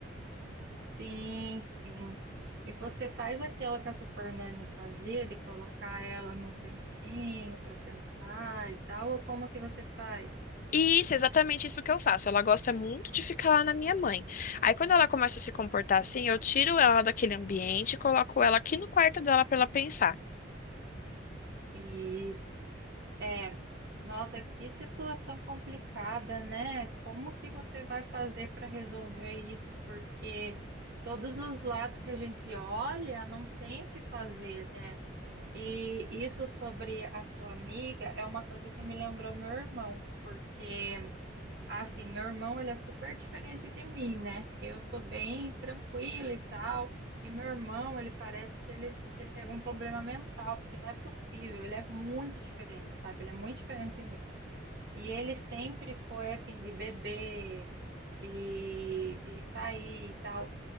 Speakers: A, on the right; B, on the left.
A: Sim, sim. E você faz aquilo que a Super Nanny fazia, de colocar ela num cantinho para pensar e tal, ou como que você faz?
B: E isso, é exatamente isso que eu faço. Ela gosta muito de ficar lá na minha mãe. Aí quando ela começa a se comportar assim, eu tiro ela daquele ambiente e coloco ela aqui no quarto dela para ela pensar.
A: Isso. É, nossa, que situação complicada, né? Como que você vai fazer para resolver isso? Porque todos os lados que a gente olha, não tem o que fazer, né? E isso sobre a sua amiga é uma coisa que me lembrou meu irmão, porque Assim, meu irmão, ele é super diferente de mim, né? Eu sou bem tranquila e tal, e meu irmão, ele parece que ele, que ele tem algum problema mental, porque não é possível, ele é muito diferente, sabe? Ele é muito diferente de mim. E ele sempre foi assim, de beber, de, de sair e tal.